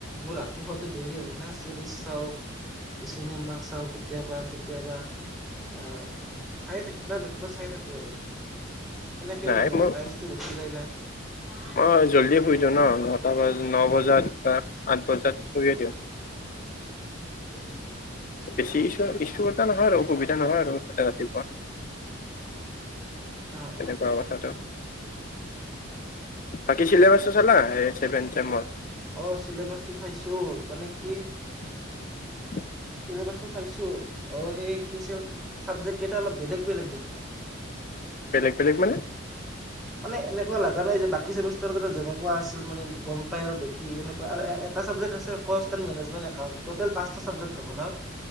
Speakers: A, in the centre; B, on the left.
A: মোৰ ৰাতি শুৱাতটো দেৰি হয় ন চিৰিজ চাও চিনেমা চাওঁ কেতিয়াবা কেতিয়াবা আহ চাইে থাকিবা ন কিবা চাই থাকো আৰু। সেনেকে
B: নাই
A: মানে
B: মই
A: টাইমতটো গুচি যায় ন
B: মই জল্দি শুই দিওঁ ন নটা ব ন বজাত বা আঠ বজাত শুৰিয়ে দিওঁ।
A: কিম
B: বেছি ইু ইছু এটা নহয় আৰু অসুবিধা নহয় আৰু মুঠতে ৰাতি
A: অ
B: তেনেকুৱা
A: অ
B: কথাটো
A: তাকেতো
B: বাকি চিলেবাচ চালা চেভেন চেমৰ?
A: অ চিলেবাচটো চাইছো মানে কি
B: <inaudible>
A: চিলেবাচটো চাইছো অ সেই কিছিল চাবজেক্ট কেইটা অলপ বেলেগ বেলেগ দেখোন।
B: বেলেগ বেলেগ মানে?
A: মানে এনেকুৱা লগা নাই যে বাকী চেমিষ্টাৰ কেইটা যেনেকুৱা আছিল মানে গম পাই আৰু দেখি এনেকুৱা আৰু এটা চাবজেক্ট কষ্টেল মেনেজমেণ্ট একাউণ্ট, টুটেল পাঁচটা হব না <inaudible>